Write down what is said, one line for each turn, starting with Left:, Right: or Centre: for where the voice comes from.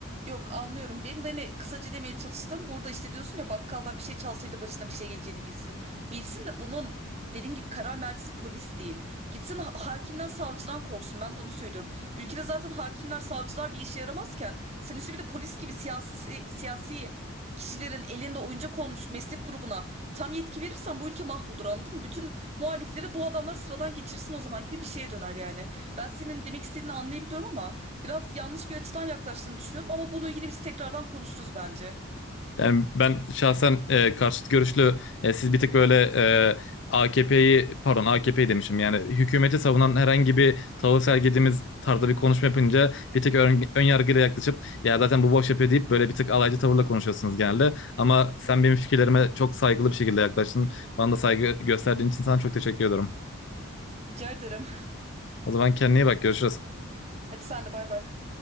Right: Yok anlıyorum. Benim de hani kısaca demeye çalıştım. Burada işte diyorsun ya bakkaldan bir şey çalsaydı başına bir şey geleceğini bilsin. Bilsin de bunun dediğim gibi karar mercisi polis değil. Gitsin ha- hakimden savcıdan korksun. Ben de onu söylüyorum. Ülkede zaten hakimler savcılar bir işe yaramazken sen üstü bir de polis gibi siyasi, siyasi kişilerin elinde oyuncak olmuş meslek grubuna tam yetki verirsen bu ülke mahvolur anladın mı? Bütün muhalifleri bu adamlar sıradan geçirsin o zaman gibi bir şeye döner yani. Ben senin demek istediğini anlayabiliyorum ama Biraz yanlış bir açıdan yaklaştığını düşünüyorum ama bunu ilgili biz tekrardan konuşuruz bence.
Left: Yani ben şahsen e, karşıt görüşlü e, siz bir tık böyle e, AKP'yi pardon AKP'yi demişim yani hükümeti savunan herhangi bir tavır sergilediğimiz tarzda bir konuşma yapınca bir tık ön, ön yargıyla yaklaşıp ya zaten bu boş yapıyor deyip böyle bir tık alaycı tavırla konuşuyorsunuz genelde. Ama sen benim fikirlerime çok saygılı bir şekilde yaklaştın. Bana da saygı gösterdiğin için sana çok teşekkür ediyorum.
Right: Rica ederim.
Left: O zaman kendine iyi bak görüşürüz.
Right: <laughs> Hadi sen de bay bay.